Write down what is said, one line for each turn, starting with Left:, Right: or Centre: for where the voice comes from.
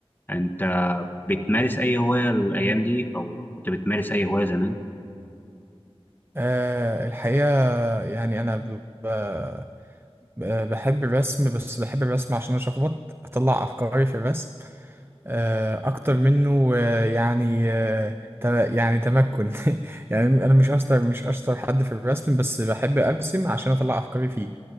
Left: أنت بتمارس أي هواية الأيام دي أو كنت بتمارس أي هواية زمان
Right: آه، الحقيقة يعني أنا ب... ب- ب- بحب الرسم بس بحب الرسم عشان أشخبط أطلع أفكاري في الرسم آه، أكتر منه آه، يعني آه، ت- يعني تمكن <laughs> يعني أنا مش أشطر مش أشطر حد في الرسم بس بحب أرسم عشان أطلع أفكاري فيه